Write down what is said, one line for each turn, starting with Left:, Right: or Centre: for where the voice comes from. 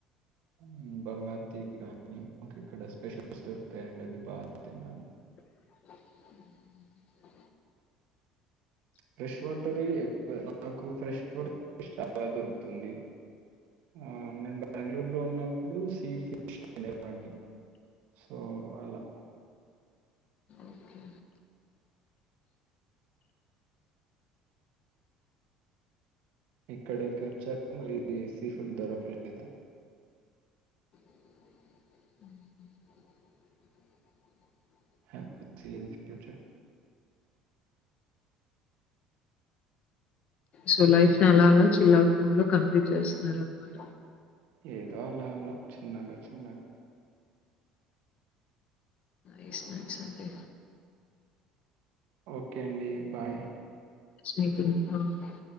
Right: మ్ బంగార్ తీగ కాని మాకు ఇక్కడ స్పెషల్స్ దొరుకుతాయండి అవి బాగా తిన్నాను
Left: <unintelligible>
Right: ఫ్రెష్ వాటరీ ఎక్వ నాకు ఫ్రెష్ వాటరీ చాలా దొరుకుతుంది ఆ నేను బెంగళూరు లో ఉన్న ఇప్పుడు సీఫుడ్ తినేవాడిని సో అలా
Left: ఓకే
Right: ఇక్కడకి వచ్చాక మరి సీ ఫుడ్ దొరకలేదు
Left: <unintelligible>
Right: ఆ సీ <unintelligible> ఫుడ్స్
Left: సోలైఫ్ ని అలా అలా చిల్ అవు మూడు లో కంప్లీట్ చేస్తున్నారా మరి
Right: ఏదో ఆలా లా చిన్నగా చిన్నగా
Left: ఐస్ <unintelligible> ఓకే
Right: ఓకే అండి బాయ్
Left: మటి <unintelligible>